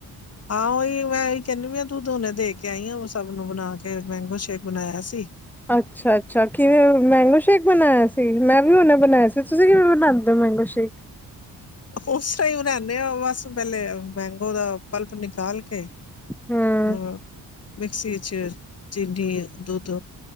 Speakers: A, on the left; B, in the centre.
A: ਆਹ ਉਹੀ ਮੈਂ ਉਹੀ ਕਹਿੰਦੀ ਪਈਆ ਦੁਧ ਹੁਨੇ ਬਣਾ ਦੇ ਕੇ ਆਈ ਆ ਸਭ ਨੂੰ ਬਣਾ ਕੇ ਮੈਂਗੋ ਸ਼ੇਕ ਬਣਾਇਆ ਸੀ
B: ਅੱਛਾ, ਅੱਛਾ ਕਿਵੇਂ ਮੈਂਗੋ ਸ਼ੇਕ ਬਣਾਇਆ ਸੀ ਮੈਂ ਵੀ ਹੁਨੇ ਬਣਾਇਆ ਸੀ ਤੁਸੀਂ ਕਿਵੇਂ ਬਣਾਂਦੇ ਹੋ ਮੈਂਗੋ ਸ਼ੇਕ
A: ਉਸ ਆ ਬਨਾਨੇ ਆ ਬਸ ਪੈਲੇ ਮੈਂਗੋ ਦਾ ਪਲਪ ਨਿਕਲ ਕੇ
B: ਹਮ
A: ਉਹ ਮਿਕਸੀ ਵਿੱਚ ਚੀਨੀ ਦੁੱਧ